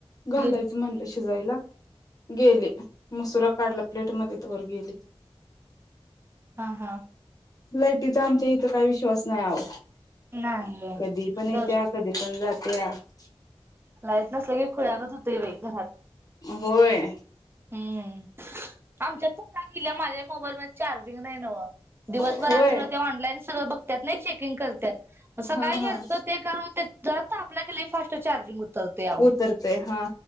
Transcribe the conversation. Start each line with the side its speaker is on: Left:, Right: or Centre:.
Left: घालायचं
Right: गेली
Left: म्हणलं शिक, बईला गेले, मुसरत <unintelligible> काढला प्लेट मध्ये, त वर गेले
Right: हा हा.
Left: लाईटीचा आमच्या इथं काही विश्वास नाही आहो.
Right: नाही
Left: कधी पण येत्या
Right: दर
Left: कधी पण जात <unintelligible>
Right: लाईट नसलं की खुळ्यागत होतय बाई घरात
Left: होय
Right: हम्म आमच्या फोटा गेल्या माझ्या मोबाईल म चार्जिंग नाही नवं दिवसभर
Left: होय
Right: अस ते ऑनलाईन सगळं बघतात नाही चेकिंग करत सकाळी
Left: हा हा
Right: घेत ते कर जात आपल्या फास्ट चार्जिंग उतरतो याव
Left: उतरते हा